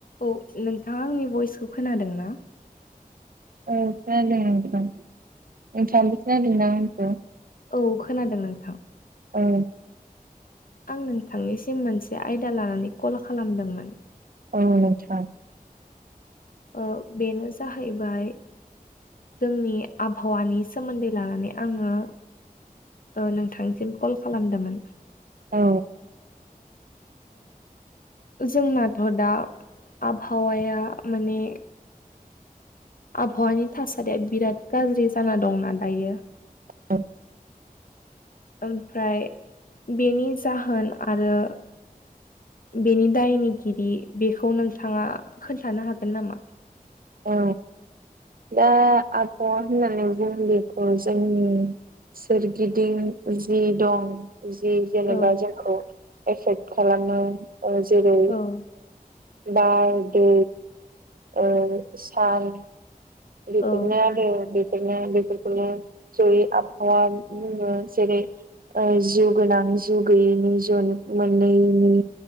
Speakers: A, on the left (about 70°); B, on the right (about 70°).
A: औ नोंथाङा आंनि भइसखौ खोनादोंना?
B: औ खोनादों नोंथां नोंथाङाबो खोनादों ना आंनि खौ?
A: औ खोनादों नोंथां
B: औ
A: आं नोंथांनिसिम मोनसे आयदा लानानै कल खालामदोंमोन
B: औ आसा
A: ओ बेनो जाहैबाय जोंनि आबहावानि सोमोन्दै लानानै आङो नोंथांसिम कल खालामदोंमोन
B: औ
A: जोंनाथ' दा आबहावाया माने आबहावानि थासारिया बिराद गाज्रि जाना दंना दायो
B: औ
A: ओमफ्राय बेनि जाहोन आरो बेनि दायनिगिरि बेखौ नोंथाङा खोन्थानो हागोन नामा
B: औ दा आबहावा होननानै बुं बेखौ जोंनि सोरगिदिं जि दं जि जेनेबा
A: औ
B: जोंखौ एफेक्ट खालामो जेरै
A: औ
B: बार दै ओ सान बेफोरनो
A: औ
B: आरो बेनो बेफोरखोनो जयै आबहावा जेरै ओ जिउ गोनां जिउ गैयैनि जन मोननैनि